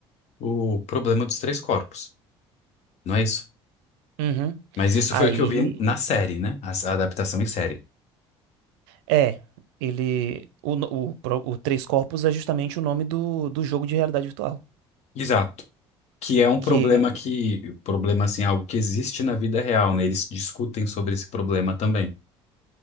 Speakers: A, on the left; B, on the right.
A: o problema dos três corpos. Não é isso?
B: uhum.
A: Mas isso
B: Aí,
A: foi o que eu vi na série, né? A a adaptação em série.
B: é, ele. O, no- o, pro- o Três Corpos é justamente o nome do, do jogo de realidade virtual.
A: Exato. Que é um problema
B: Que
A: que, problema assim, algo que existe na vida real, né? Eles discutem sobre esse problema também